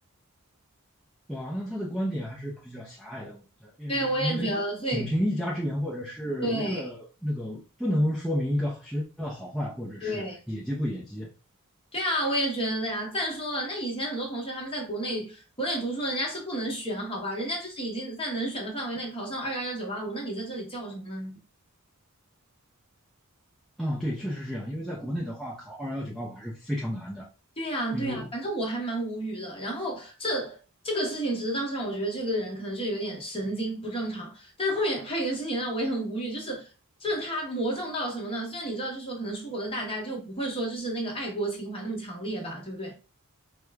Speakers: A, in the centre; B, on the left.
A: 哇，那他的观点还是比较狭隘的，我觉得，嗯，
B: 对，我也觉得，
A: 因为仅凭一家之言或者是一个那个，
B: 所以对
A: 不能说明一个学校的好坏，或者是野鸡不野鸡。
B: 对对啊，我也觉得呀。再说了，那以前很多同学他们在国内国内读书，人家是不能选，好吧，人家就是已经在能选的范围内考上二幺幺九八五，那你在这里叫什么呢？
A: 啊、对，确实是这样。因为在国内的话，考二幺九八五还是非常难的，
B: 对呀，
A: 因为
B: 对呀，反正我还蛮无语的。然后这这个事情，只是当时让我觉得这个人可能就有点神经不正常。但是后面还有一件事情让我也很无语，就是就是他魔怔到什么呢？虽然你知道，就是说可能出国的大家就不会说就是那个爱国情怀那么强烈吧，对不对？